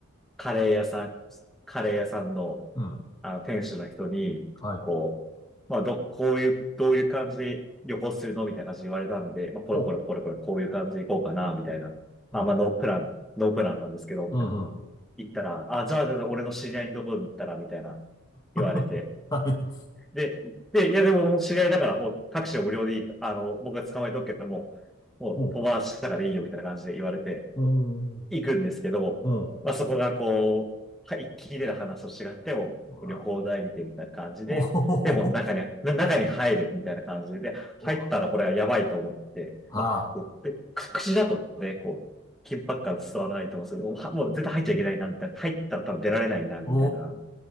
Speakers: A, in the centre; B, on the left (about 15°).
A: カレー屋さん、カレー屋さんの
B: うん。
A: あの、店主の人に、
B: はい。
A: こう、まあ、ど、こういう、どういう感じで旅行するのみたいな感じで言われたんで、まあ、これこれこれこれ、
B: ほ
A: こういう感じで行こうかな、みたいな。
B: う。
A: あ、
B: うん。
A: まあ、ノープラン、ノープランなんですけど、みたいな。
B: うん。うん。
A: 行ったら、あ、じゃあ、じゃあ、じゃあ俺の知り合いのところに行ったら、みたいな、
B: <laughs>
A: 言われて。
B: はい。
A: で、で、いや、でも、もう知り合いだから、もうタクシーを無料でいい、あの、僕が捕まえとくけども、もう、
B: ほう。
A: 友達だからいいよ、みたいな感じで言われて。
B: ほう。
A: 行くんですけど、
B: ほう。
A: まあそこがこう、はい、聞いてた話と違っても、
B: うわ。
A: 旅行代理店みたいな感じで、
B: おほほほほ。
A: でも中に、中に入れみたいな感じで、入ったらこれはやばいと思って、
B: うわはあ。
A: まあ、こう、でく口だとね、こう、緊迫感伝わらないと思うんですけど、はもう絶対入っちゃいけないな、みたいな。入ったら多分出られないな、みたいな
B: お